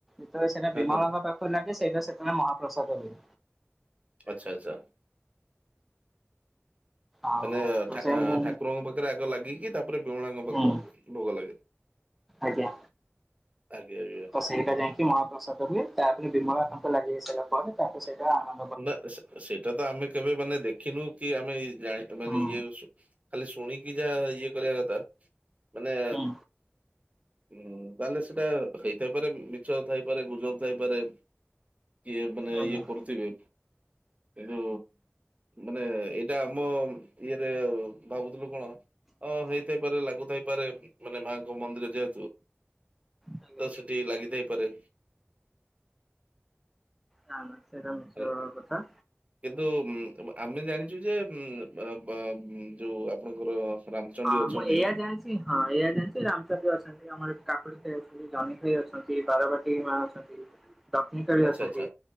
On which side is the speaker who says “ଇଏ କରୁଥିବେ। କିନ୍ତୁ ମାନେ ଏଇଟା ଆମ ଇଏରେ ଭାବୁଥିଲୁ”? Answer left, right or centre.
Right